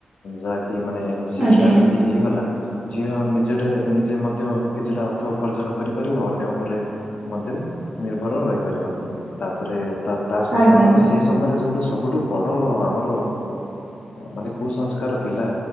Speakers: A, on the left; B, on the right.
A: ଯାହା କି ମାନେ ଶିକ୍ଷା
B: ଆଜ୍ଞା ଆଜ୍ଞା
A: ଯଦି ହେଇଗଲା ଝିଅ ନିଜେଟେ ନିଜେ ମଧ୍ୟ କିଛିଟା ଅର୍ଥ ଉପାର୍ଜନ କରିପାରିବ। ଅନ୍ୟ ଉପରେ ମଧ୍ୟ ନିର୍ଭର ରହିପାରିବନି ତାପରେ ତା ତା ସହିତ
B: ଆଜ୍ଞା
A: ଆମର ସେଇ ସମୟରେ ଯୋଉଡା‌ ସବୁଠୁ ବଡ଼ ଆମର ମାନେ କୁସଂସ୍କାର ଥିଲା